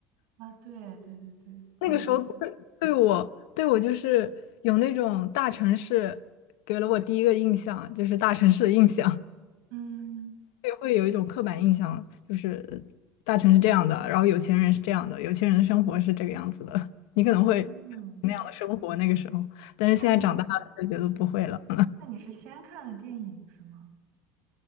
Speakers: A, on the right; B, on the left.
A: 啊，对对对对，
B: 那个时候对对我对我就是有那种大城市给了我第一个印象，
A: 我也是。
B: 就是大城市的印象。
A: 嗯
B: 也会有一种刻板印象，就是大城是这样的，然后有钱人是这样的，有钱人的生活是这个样子的，你可能会那样的生活那个时候，
A: 嗯，
B: 但是现在长大了就觉得不会了。
A: 那你那你是先看的电影是吗？